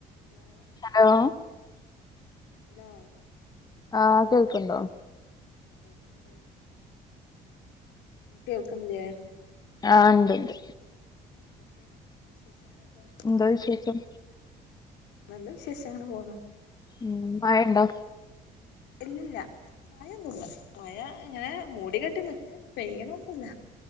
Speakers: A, on the left; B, on the left.
A: ഹലോ
B: ഹലോ
A: ഹലോ
B: ആഹ് കേൾക്കണ്ടോ
A: കേൾക്കെണ്ട് കേൾക്കുന്നില്ലേ
B: ആഹ ഉണ്ട്ണ്ട്
A: എന്തൊക്കെ വിശേഷങ്ങളൊക്കെ
B: എന്താ വിശേഷം
A: നല്ല വിശേഷം അങ്ങനെ പോകുന്നു
B: ഉ മയണ്ടോ
A: ഇല്ലില്ല മഴൊന്നുല്ല മഴ ഇങ്ങനെ മൂടികെട്ടി നക്കണ്ട് പെയ്യണൊന്നുല്ല